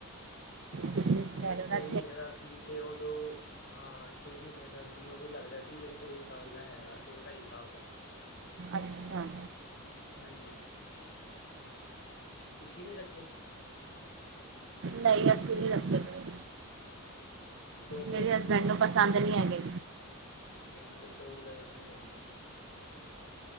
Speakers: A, on the right; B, on the left.
A: ਤੁਸੀਂ
B: ਮਤਲਬ
A: ਕਹਿ ਰਹੇ
B: ਛੇ
A: ਹੋ ਨਾ
B: ਮਹੀਨੇ ਦਾ ਸੀ ਤੇ ਉਦੋਂ। ਹਾਂ-ਹਾਂ ਛੇ ਮਹੀਨੇ ਦਾ ਸੀ ਉਦੋਂ ਲੱਗਦਾ ਸੀ। ਬਈ ਦੋ ਸਾਲ ਦਾ ਹੈਗਾ ਦੋ ਢਾਈ ਸਾਲ ਦਾ।
A: ਅੱਛਾ ਹ।
B: ਹਾਂਜੀ ਕ 'ਚ। ਤੁਸੀਂ ਨੀ ਰੱਖੇ।
A: ਨਹੀਂ ਅਸੀ ਨੀ ਰਖਾ ਥੇ।
B: ਡੋਗ
A: ਮੇਰੇ
B: ਲਵਰ
A: ਹਸਬੈਂਡ
B: ਨਹੀਂ ਹੋ
A: ਨੂੰ
B: ਤੁਸੀਂ
A: ਪਸੰਦ ਨੂੰ ਹੈਗੇ।
B: ਨਹੀਂ ਮਤਲਬ ਡੋਗ ਲਵਰ ਨਹੀਂ ਹੋ ਤੁਸੀਂ।